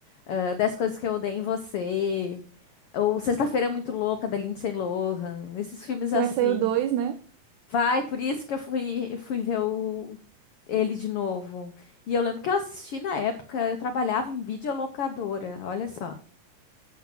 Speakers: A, on the left; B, on the right.
A: ah, 10 Coisas que Eu Odeio em Você, ou Sexta-feira é Muito Louca, da Lindsay Lohan, esses filmes
B: Que
A: assim.
B: vai sair o dois, né?
A: Vai, por isso que eu fui, eu fui ver o, ele de novo. E eu lembro que eu assisti na época, eu trabalhava em videolocadora, olha só.